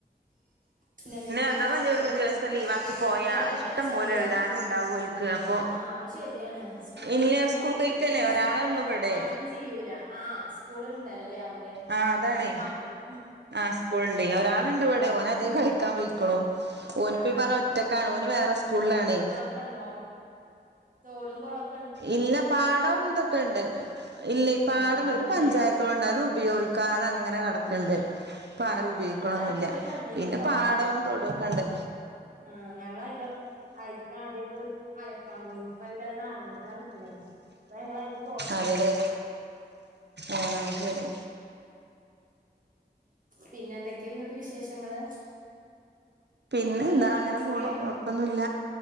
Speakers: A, on the right (about 50°); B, on the right (about 80°).
A: പിന്നെ എന്തൊക്കെ
B: അഥവാ
A: <unintelligible>
B: ഞാൻ ഒരു ദിവസം ലീവാക്കി പോയാ
A: കുട്ട്യേളൊക്കെ
B: ഇഷ്ടം
A: കൾച്ചാൻ
B: പോലെ
A: പൊയ്ക്കാ
B: എഴുതാനും ഉണ്ടാവും ഓൽക്ക് അപ്പൊ
A: ആഹ് അത് ശെരിയാണ് സ്‌കൂളൊന്നും
B: ഇല്ല
A: പിന്നെ
B: സ്കൂൾ
A: <unintelligible> അറീ
B: കഴിക്കല്ലേ ഒരാളെള്ളൂ ഇവിടെ
A: അറിം ചെയ്യൂല, ആഹ് സ്കൂള്ണ്ടല്ലോലെ അവ്ടെ
B: ആഹ്
A: അത്
B: അതാണേ
A: ഞാൻ മറന്നു
B: ആഹ് സ്കൂളുണ്ട്
A: ആഹ്
B: ഒരാളുണ്ട് ഇവ്ടെ ഓനധികം
A: ഉം
B: കളിക്കാൻ പോയിക്ക്ണു ഓനിപ്പ
A: ആഹ് ആഹ്
B: ഈ പറഞ്ഞ ഒറ്റക്കാണ് ഓന് വേറെ സ്കൂളിലാണേ
A: ക്കണ്ടോ തോടും കൊളും
B: ഇല്ല പാടവും ഇതൊക്കെണ്ട് ഇല്ല ഈ പാടണ്ട്
A: ആഹ്
B: ഒര്
A: അങ്ങനേണ്ല്ലേ
B: പഞ്ചായത്ത് കൊളണ്ട് അത് ഉപയോഗി ക്കാതെ അങ്ങനെ കെടക്ക്ണ്ട്. ഇപ്പാരും
A: ആഹ്
B: ഉപയോഗിക്ക്ണൊന്നുല്ല
A: ഇവടെ അടുത്തൊരു വല്ല്യൊരു
B: പിന്നെ
A: കൊളണ്ട്
B: പാടവും തൊടുക്കെണ്ട്
A: ആഹ് ഞങ്ങളയ്ലോ അയിക്ക ആദ്യൊക്ക് അലക്കാൻ പോയിന്ന് ഇപ്പ അയ്ല് അത് നറഞ്ഞിട്ടാ നിക്ക്ണേ അപ്പ ഞങ്ങള് അയില്
B: അതെല്ലേ ആഹ് ശെരി
A: പിന്നെന്തൊക്കെ ഇന്നട്ട് വിശേഷങ്ങള്
B: പിന്നെന്താ
A: ഇങ്ങളെ ഇമ്മീം
B: അങ്ങനെ
A: ഇപ്പൊക്കെ?
B: പോണു കൊഴപ്പൊന്നുല്ല